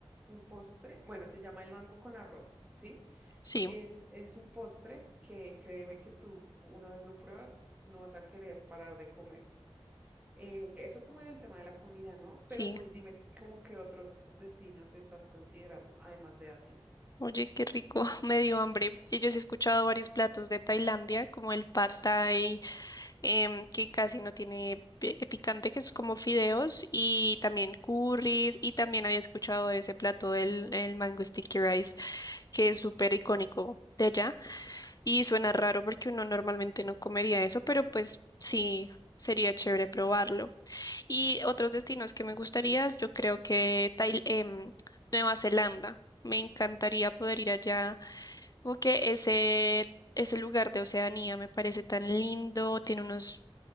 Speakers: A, on the right; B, on the left.
A: un postre, bueno, se llama el mango con arroz, ¿sí?
B: sí,
A: Es, es un postre que créeme que tú una vez lo pruebas, no vas a querer parar de comer. Eh, eso como en el tema de la comida, ¿no?
B: sí.
A: Pero pues dime, ¿cómo qué otros destinos estás considerando, además de Asia?
B: Oye, qué rico, <laughs> me dio hambre. Y yo sí he escuchado varios platos de Tailandia, como el pad thai, em, que casi no tiene pi- picante, que es como fideos, y también curries, y también había escuchado de ese plato del el mango sticky rice que es súper icónico de allá y suena raro porque uno normalmente no comería eso, pero pues sí, sería chévere probarlo. Y otros destinos que me gustaría, yo creo que Tail- em, Nueva Zelanda. Me encantaría poder ir allá, como que ese, ese lugar de Oceanía me parece tan lindo, tiene unos